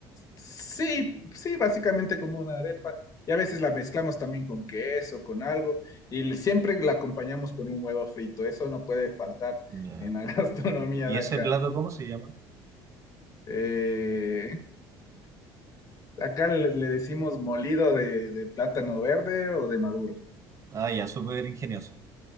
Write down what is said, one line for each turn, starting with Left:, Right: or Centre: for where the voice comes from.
Left: Sí, sí, básicamente como una arepa. Y a veces la mezclamos también con queso, con algo. Y siempre la acompañamos con un huevo frito. Eso no puede faltar
Right: Ya.
Left: en la <laughs> gastronomía
Right: ¿Y
Left: de
Right: ese
Left: acá.
Right: plato cómo se llama?
Left: Eh, acá le, le decimos molido de, de plátano verde o de maduro.
Right: Ah, ya, súper ingenioso.